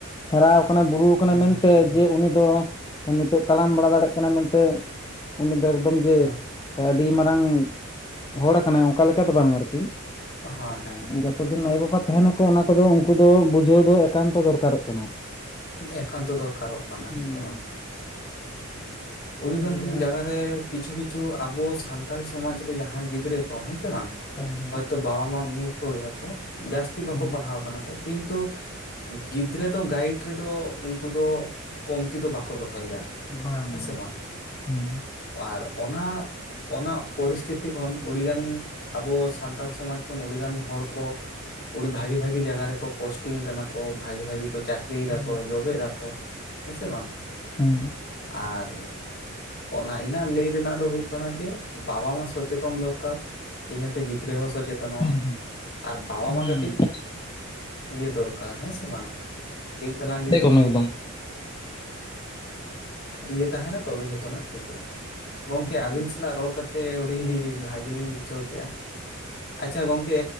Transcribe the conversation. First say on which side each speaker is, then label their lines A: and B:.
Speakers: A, on the left; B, on the left.
A: ᱦᱟᱨᱟᱣ ᱠᱟᱱᱟᱭ ᱵᱩᱨᱩᱣ ᱠᱟᱱᱟᱭ
B: ᱦᱮᱸ
A: ᱢᱮᱱᱛᱮ ᱡᱮ ᱩᱱᱤ ᱫᱚ ᱚᱸ ᱱᱤᱛᱚᱜ ᱛᱟᱲᱟᱢ ᱵᱟᱲᱟ ᱫᱟᱲᱮᱜ ᱠᱟᱱᱟ ᱢᱮᱱᱛᱮ ᱩᱱᱤ ᱫᱚ ᱮᱜ ᱠᱚᱢ ᱡᱮ
B: ᱦᱮᱸ
A: ᱟᱹᱰᱤ ᱢᱟᱨᱟᱝ ᱦᱚᱲ ᱠᱟᱱᱟᱭ ᱚᱝᱠᱟ ᱞᱮᱠᱟ ᱫᱚ ᱵᱟᱝ ᱟᱨᱠᱤ᱾
B: ᱦᱮᱸ ᱦᱮᱸ ᱦᱮᱸ
A: ᱡᱟᱹᱛᱚ ᱫᱤᱱ ᱟᱭᱳᱼᱵᱟᱵᱟ ᱛᱟᱦᱮᱱᱟ ᱠᱚ ᱚᱱᱟ ᱠᱚᱫᱚ ᱩᱱᱠᱩ ᱫᱚ ᱵᱩᱡᱷᱟᱹᱣ ᱫᱚ ᱮᱠᱟᱱᱛᱚ ᱫᱚᱨᱠᱟᱨᱚᱜ᱾ ᱠᱟᱱᱟ
B: ᱮᱠᱟᱱᱛᱚ ᱫᱚᱨᱠᱟᱨᱚᱜ ᱠᱟᱱᱟ,
A: ᱦᱩᱸ
B: ᱦᱮᱸ ᱥᱮ ᱵᱟᱝ?
A: ᱱᱚᱜᱼᱚᱭ
B: ᱚᱰᱤᱜᱟᱱ
A: ᱡᱮ ᱡᱟᱦᱟᱸ
B: ᱡᱟᱜᱟ ᱨᱮ ᱠᱤᱪᱷᱩ ᱠᱤᱪᱷᱩ ᱟᱵᱚ ᱥᱟᱱᱛᱟᱲ ᱥᱚᱢᱟᱡᱽ ᱨᱮ ᱡᱟᱦᱟᱸᱭ ᱜᱤᱫᱽᱨᱟᱹ ᱠᱚ, ᱦᱮᱸ ᱥᱮ ᱵᱟᱝ?
A: ᱦᱮᱸ
B: ᱦᱚᱭᱛᱳ ᱵᱟᱵᱟ ᱢᱟ ᱢᱩᱨᱩᱠᱷ ᱜᱮᱭᱟ ᱠᱚ, ᱡᱟᱹᱥᱛᱤ ᱵᱟᱠᱚ
A: ᱦᱮᱸ ᱦᱮᱸ
B: ᱯᱟᱲᱦᱟᱣ ᱠᱟᱱᱟ ᱠᱚ, ᱠᱤᱱᱛᱩ ᱜᱤᱫᱽᱨᱟᱹ ᱫᱚ ᱜᱟᱭᱤᱰ ᱨᱮᱫᱚ ᱩᱱᱠᱩ ᱫᱚ ᱠᱚᱢᱛᱤ ᱫᱚ ᱵᱟᱠᱚ ᱫᱚᱦᱚᱭ ᱜᱮᱭᱟ ᱠᱚ᱾
A: ᱵᱟᱝ
B: ᱦᱮᱸ ᱥᱮ
A: ᱩᱸ᱾
B: ᱟᱨ ᱚᱱᱟ ᱚᱱᱟ ᱯᱚᱨᱤᱥᱛᱷᱤᱛᱤ ᱠᱷᱚᱱ ᱩᱰᱤᱜᱟᱱ ᱟᱵᱚ ᱥᱟᱱᱛᱟᱲ ᱥᱚᱢᱟᱡᱽ ᱠᱷᱚᱱ ᱩᱰᱤᱜᱟᱱ ᱦᱚᱲ ᱠᱚ ᱩᱰᱤ ᱵᱷᱟᱜᱤ ᱵᱷᱟᱜᱤ ᱡᱟᱝᱟ ᱨᱮᱠᱚ ᱯᱳᱥᱴᱤᱝ ᱠᱟᱱᱟ ᱠᱚ, ᱵᱷᱟᱜᱤ ᱵᱷᱟᱜᱤ ᱠᱚ ᱪᱟᱠ ᱨᱤᱭ
A: ᱦᱩᱸ
B: ᱫᱟᱠᱚ ᱡᱚᱵᱮ ᱫᱟᱠᱚ, ᱦᱮᱸ ᱥᱮ ᱵᱟᱝ?
A: ᱦᱩᱸ᱾
B: ᱟᱨ ᱚᱱᱟ ᱤᱱᱟ ᱞᱟᱹᱭ ᱨᱮᱱᱟᱜ ᱫᱚ ᱦᱩᱭᱩᱜ ᱠᱟᱱᱟ ᱡᱮ ᱵᱟᱵᱟ ᱢᱟ ᱥᱚᱪᱮᱛᱚᱱ ᱫᱚᱨᱠᱟᱨ᱾ ᱤᱱᱟᱹ ᱛᱮ ᱜᱤᱫᱽᱨᱟᱹ ᱦᱚᱸ ᱥᱚᱪᱮ ᱛᱚᱱᱚᱼᱟ
A: ᱦᱮᱸ
B: ᱟᱨ ᱵᱟᱵᱟ ᱢᱟ
A: ᱦᱮᱸ
B: ᱠᱟᱹᱴᱤᱡ ᱤᱭᱟᱹ ᱫᱚᱨᱠᱟᱨ, ᱦᱮᱸ ᱥᱮ ᱵᱟᱝ? ᱠᱟᱹᱡ ᱛᱟᱞᱟᱝ ᱡᱩᱫᱤ
A: ᱮᱠᱫᱚᱢ ᱦᱩᱸ ᱮᱠᱫᱚᱢ
B: ᱤᱭᱟᱹ ᱛᱟᱦᱮᱱᱟ ᱛᱚᱵᱮ ᱡᱚᱛᱚᱱᱟᱜ ᱴᱷᱤᱠᱚᱜᱼᱟ, ᱜᱚᱝᱠᱮ
A: ᱮᱠᱫᱚᱢ
B: ᱟᱵᱤᱱ ᱥ <unintelligible> ᱨᱚᱲ ᱠᱟᱛᱮ ᱩᱰᱤ ᱦᱤ-ᱦᱤ ᱵᱷᱟᱜᱤᱞᱤᱧ ᱵᱩᱡᱷᱟᱣ ᱠᱮᱼᱟ, ᱟᱪᱪᱷᱟ ᱜᱚᱝᱠᱮ